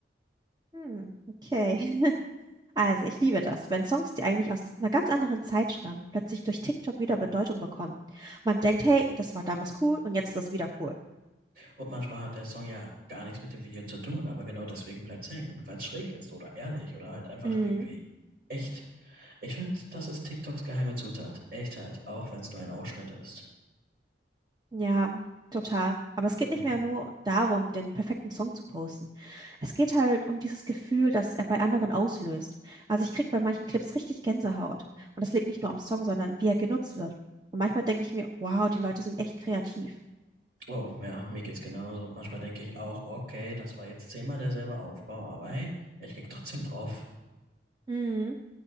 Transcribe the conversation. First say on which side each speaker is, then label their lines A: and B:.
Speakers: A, on the right; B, on the right.
A: Hm, okay. <laughs> Also, ich liebe das, wenn Songs, die eigentlich aus einer ganz anderen Zeit stammen, plötzlich durch TikTok wieder Bedeutung bekommen. Man denkt, hey, das war damals cool und jetzt ist das wieder cool.
B: Und manchmal hat der Song ja gar nichts mit dem Video zu tun, aber genau deswegen bleibt's hängen, weil es schräg ist oder ehrlich oder halt einfach
A: Mhm.
B: irgendwie echt. Ich finde, das ist TikToks geheime Zutat. Echtheit, auch wenn es nur ein Ausschnitt ist.
A: Ja, total. Aber es geht nicht
B: Hm.
A: mehr nur darum, den perfekten Song zu posten. Es geht halt um dieses Gefühl, das er bei anderen auslöst. Also ich krieg bei manchen Clips richtig Gänsehaut. Und das liegt nicht nur am Song, sondern wie er genutzt wird. Und manchmal denke ich mir, wow, die Leute sind echt kreativ.
B: Oh, ja, mir geht's genauso. Und manchmal denke ich auch, okay, das war jetzt zehnmal derselbe Aufbau, aber hey, ich klicke trotzdem drauf.
A: Mhm.